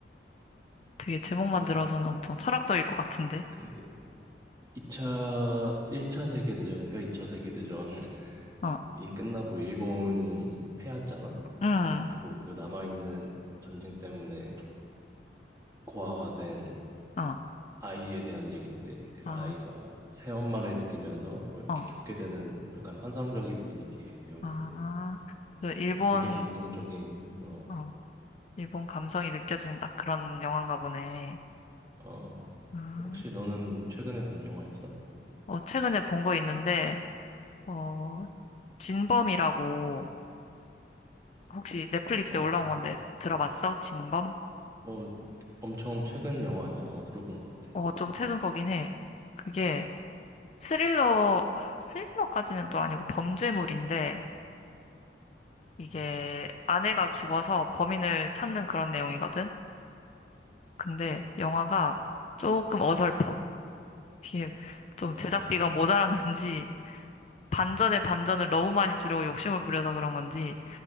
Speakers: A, on the left; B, on the right.
A: 되게 제목만
B: 어,
A: 들어서는 엄청 철학적일 것 같은데.
B: 그 이차 1차 세계대전인가 2차 세계대전이
A: 어,
B: <laughs> 끝나고 일본이 패했잖아.
A: 응,
B: 그리고 그 남아있는 전쟁 때문에 고아가 된
A: 어,
B: 아이에 대한 얘기인데 그
A: 아,
B: 아이가 새엄마를 들이면서 뭐 이렇게
A: 어,
B: 겪게 되는 뭐 약간 환상적인 분위기의 내용인데
A: 아. 그 일본,
B: 어, 되게 감동적인 어,
A: 어, 일본 감성이 느껴지는 딱 그런 영화인가 보네.
B: 어,
A: 아.
B: 혹시 너는 최근에 본 영화 있어?
A: 어, 최근에 본 거 있는데, 어, 진범이라고 혹시 넷플릭스에
B: 어,
A: 올라온 건데 들어봤어? 진범?
B: 어 엄청 최근 영화 아니야? 어, 들어본 것 같아.
A: 어, 좀 최근 거긴 해. 그게 스릴러, 아, 스릴러까지는 또 아니고 범죄물인데,
B: 음.
A: 이게 아내가 죽어서 범인을 찾는 그런 내용이거든? 근데 영화가 조금 어설퍼. 이게 좀
B: 아,
A: 제작비가 모자랐는지, 반전에 반전을 너무 많이 주려고 욕심을 부려서 그런 건지,